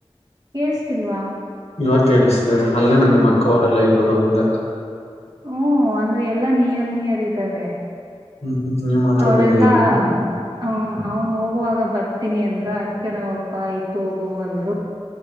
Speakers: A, on the right; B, on the left.
A: ಕೇಳ್ಸ್ತಿಲ್ವಾ,
B: ಇವಾಗ ಕೇಳ್ಸ್ತೀದೆ ಅಲ್ಲೇ ನಾ ನಿಮ್ಮ ಅಕ್ಕ ಅವರೆಲ್ಲಾ ಇರೋದು ಅಂದೆ.
A: ಹ್ಮ ಅಂದ್ರೆ ಎಲ್ಲಾ ನಿಯರ್ ನಿಯರ್ ಇದ್ದಾರೆ.
B: ಹ್ಮ್ ಹ್ಮ್ ನೀವ್ ಮಾತ್ರ
A: ಅವರೆಲ್ಲಾ
B: ಬೆಂಗ್ಳೂರಾ
A: ಹ ಅವನು ಹೋಗುವಾಗ ಬರ್ತೀನಿ ಅಂ ಎ ಅದ್ಕೇನವಪ್ಪಾ ಇತ್ ಹೋಗು ಅಂದ್ರು.